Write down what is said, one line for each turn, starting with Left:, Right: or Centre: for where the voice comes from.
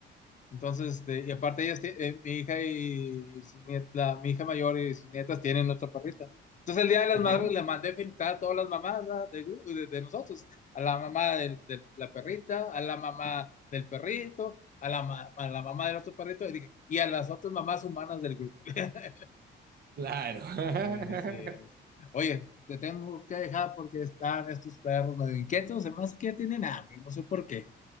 Left: Entonces, este, y aparte ellas, tie- eh, mi hija y su niet- la- mi hija mayor y sus nietas tienen otra perrita. Entonces, el Día de las
Right: Ajá.
Left: Madres le mandé felicitar a todas las mamás ¿verdad? del gru- de, de nosotros, a la mamá del- de la perrita, a la mamá del perrito, a la, ma- a la mamá del otro perrito, y dije, y a las otras mamás humanas del grupo. <laughs>
Right: Claro.
Left: Sí, así es.
Right: <laughs>
Left: Oye, te tengo que dejar porque están estos perros medio inquietos, además que ya tienen hambre, no sé por qué.